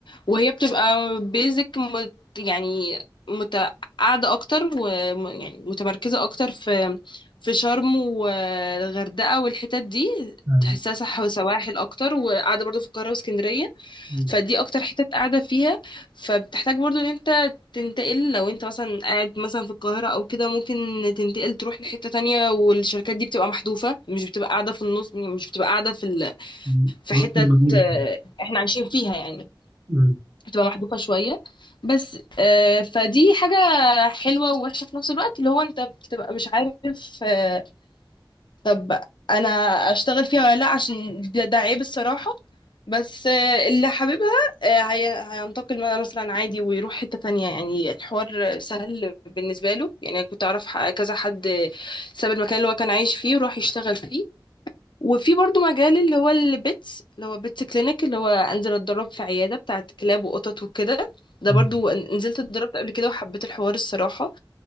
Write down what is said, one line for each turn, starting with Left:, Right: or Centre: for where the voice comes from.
Left: وهي بتبقى بيزك مت يعني مت قاعده اكتر ويعني متمركزه اكتر في في شرم والغردقه والحتت دي
Right: أيوة.
Left: تحسها صح وسواحل اكتر وقاعده برضو في القاهره واسكندريه
Right: مم.
Left: فدي اكتر حتة قاعدة فيها فبتحتاج برضو ان انت تنتقل لو انت مثلا قاعد مثلا في القاهرة او كده ممكن تنتقل تروح لحتة تانية والشركات دي بتبقى محذوفة مش بتبقى قاعدة في النص مش بتبقى قاعدة في ال...
Right: مم.
Left: في
Right: رحت
Left: حتة
Right: المدينه
Left: آه، احنا عايشين فيها يعني
Right: مم.
Left: بتبقى محذوفة شوية بس آه، فدي حاجة حلوة ووحشة في نفس الوقت اللي هو انت بتبقى مش عارف آه، طب انا اشتغل فيها ولا لا عشان ده, ده عيب الصراحة بس آه، اللي حاببها آه، هي هينتقل مثلا عادي ويروح حتة تانية يعني الحوار سهل بالنسبة له يعني أنا كنت أعرف ح- كذا حد ساب المكان اللي هو كان عايش فيه وراح يشتغل فيه وفي برضو مجال اللي هو البيتس اللي هو بيتس كلينيك اللي هو أنزل أتدرب في عيادة بتاعة كلاب وقطط وكده ده
Right: مم.
Left: برضو نزلت اتدربت قبل كده وحبيت الحوار الصراحة